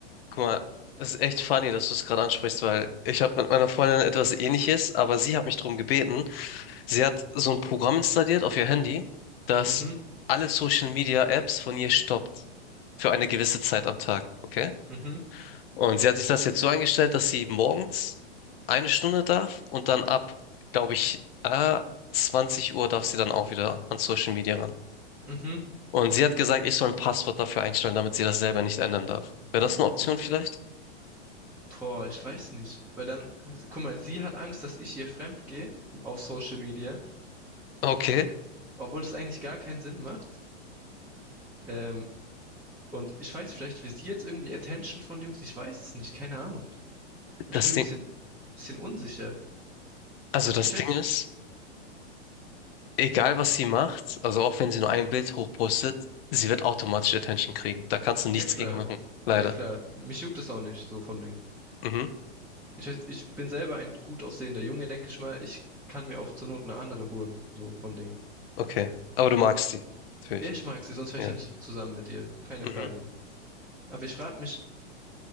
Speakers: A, on the left; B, in the centre.
A: Guck mal, es ist echt funny, dass du es gerade ansprichst, weil ich habe mit meiner Freundin etwas Ähnliches, aber sie hat mich darum gebeten. Sie hat so ein Programm installiert auf ihr Handy, das
B: Mhm,
A: alle Social Media Apps von ihr stoppt. Für eine gewisse Zeit am Tag, okay?
B: mhm,
A: Und sie hat sich das jetzt so eingestellt, dass sie morgens eine Stunde darf und dann ab, glaube ich, äh, 20 Uhr darf sie dann auch wieder an Social Media
B: mhm.
A: Und sie hat gesagt, ich soll ein Passwort dafür einstellen, damit sie das selber nicht ändern darf. Wäre das eine Option
B: Okay.
A: vielleicht?
B: Boah, ich weiß nicht. Weil dann, guck mal, sie hat Angst, dass ich ihr fremd gehe auf Social Media,
A: Okay,
B: obwohl das eigentlich gar keinen Sinn macht. Ähm, Und ich weiß, vielleicht will sie jetzt irgendwie Attention von Jungs. Ich weiß es nicht, keine Ahnung. Ich
A: das
B: bin mir
A: Ding,
B: ein bisschen, bisschen unsicher.
A: also das
B: Ich weiß,
A: Ding ist, egal was sie macht, also auch wenn sie nur ein Bild hochpostet, sie wird automatisch Attention kriegen. Da kannst du nichts
B: ja klar,
A: gegen machen. Leider.
B: ja klar. Mich juckt das auch nicht, so vom Ding.
A: Mhm,
B: Ich weiß, ich bin selber ein gut aussehender Junge, denke ich mal. Ich kann mir auch zur Not eine andere holen, so vom Ding.
A: okay. Aber du magst sie. Natürlich.
B: Ich mag sie, sonst wäre
A: Ja.
B: ich ja nicht zusammen mit ihr. Keine
A: Mhm.
B: Frage. Aber ich frage mich,